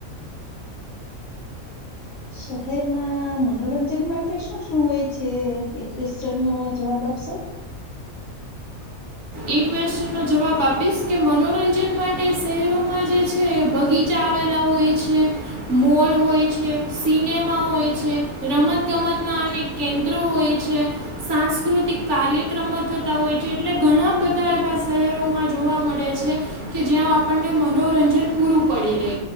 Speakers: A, on the left; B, on the right.
A: શહેરમાં મનોરંજન માટે શું શું હોય છે? એન નો જવાબ આપશો
B: એક ક્વેશ્ચનનો જવાબ આપીશ કે મનોરંજન માટે શહેરોમાં જે છે બગીચા આવેલા હોય છે મોલ હોય છે સિનેમા હોય છે રમત ગમતના અનેક કેન્દ્રો હોય છે સાંસ્કૃતિક કાર્યક્રમો થતા હોય છે એટલે ઘણા બધા એવા શહેરોમાં જોવા મળે છે કે જ્યાં આપણને મનોરંજન પૂરું પડી રહે